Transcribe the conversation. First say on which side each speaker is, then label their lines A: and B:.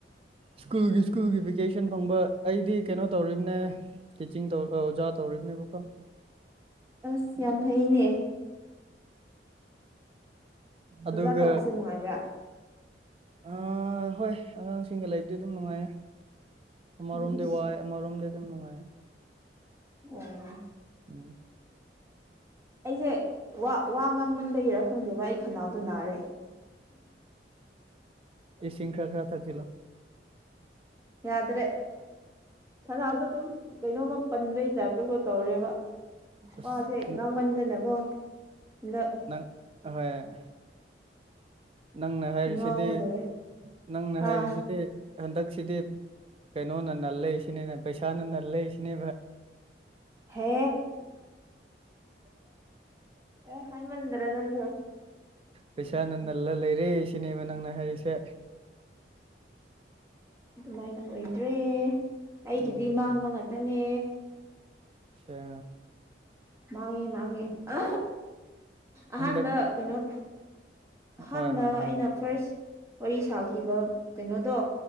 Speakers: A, on the right (about 30°); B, on the right (about 15°).
A: ꯁ꯭ꯀꯨꯜꯒꯤ ꯁ꯭ꯀꯨꯜꯒꯤ ꯚꯦꯀꯦꯁꯟ ꯐꯪꯕ ꯑꯩꯗꯤ ꯀꯩꯅꯣ ꯇꯧꯔꯤꯕꯝꯅꯦ ꯇꯤꯆꯤꯡ ꯇꯧ ꯑꯣꯖꯥ ꯇꯧꯔ ꯅꯦꯕ ꯀꯣ
B: ꯑꯁ ꯌꯥꯝ ꯐꯩꯅꯦ
A: ꯑꯗꯨꯒ
B: ꯑꯣꯖꯥ ꯇꯧꯕꯁꯦ ꯅꯨꯡꯉꯥꯏꯕ꯭ꯔꯥ
A: ꯑ ꯍꯣꯏ ꯑꯉꯥꯡꯁꯤꯡꯒ ꯂꯩꯕꯗꯤ ꯑꯗꯨꯝ ꯅꯨꯡꯉꯥꯏꯌꯦ ꯑꯃꯔꯣꯝꯗ
B: ꯎꯝ
A: ꯋꯥꯏ ꯑꯃꯔꯣꯝꯗ ꯑꯗꯨꯝ ꯅꯨꯡꯉꯥꯏ
B: ꯑꯣ
A: ꯎꯝ
B: ꯑꯩꯁꯦ ꯋꯥ ꯋꯥ ꯉꯥꯡꯃꯟꯗ ꯏꯔ ꯈꯪꯗꯦꯕ ꯑꯩ ꯈꯅꯥꯎꯗꯣ ꯅꯥꯔꯦ
A: ꯁꯤꯈꯥ ꯈꯔ ꯊꯥꯂ
B: ꯌꯥꯗ꯭ꯔꯦ ꯐꯅꯥꯗꯣ ꯑꯗꯨꯝ ꯀꯩꯅꯣꯝꯃ ꯄꯟꯕꯩ ꯗꯗꯨꯒ ꯇꯧꯔꯦꯕ
A: ꯑꯁ
B: ꯋꯥꯁꯦ ꯉꯥꯡꯃꯟꯗꯅꯀꯣ ꯍꯟꯗꯛ
A: ꯅꯪ ꯍꯣꯏ ꯅꯪꯅ ꯍꯥꯏꯔꯤꯁꯤꯗꯤ
B: ꯉꯥꯎꯒꯗꯧꯔꯦ
A: ꯅꯪꯅ
B: ꯑꯥ
A: ꯍꯥꯏꯔꯤꯁꯤꯗꯤ ꯍꯟꯗꯛꯁꯤꯗꯤ ꯅꯣ ꯅꯟꯅꯂ ꯏꯁꯤꯅꯤ ꯅ ꯕꯤꯁꯥ ꯅꯟꯂ ꯏꯁꯤꯅꯤ
B: ꯍꯦ ꯑ ꯍꯅ ꯃꯗꯔ ꯅꯁꯨꯣ
A: ꯄꯩꯁꯥ ꯅꯟꯗꯜꯂ ꯂꯩꯔꯦ ꯁꯤꯅꯦꯃꯥ ꯅꯪꯅ ꯍꯥꯏꯔꯤꯁꯦ
B: ꯑꯗꯨꯃꯥꯏꯅ ꯑꯣꯏꯗ꯭ꯔꯦ ꯑꯩꯒꯤꯗꯤ
A: ꯎꯝ
B: ꯃꯥꯡꯕ ꯉꯥꯛꯇꯅꯦ
A: ꯑꯆꯥ
B: ꯃꯥꯡꯉꯤ ꯃꯥꯡꯉꯤ ꯑ ꯑꯍꯥꯟꯕ
A: ꯍꯟꯗꯛ
B: ꯀꯩꯅꯣ ꯑꯍꯥꯟꯕ
A: ꯍꯣꯏ ꯍꯣꯏ ꯍꯣꯏ
B: ꯑꯩꯅ ꯐꯥꯔꯁ ꯋꯥꯔꯤ ꯁꯥꯈꯤꯕ ꯀꯩꯅꯣꯗꯣ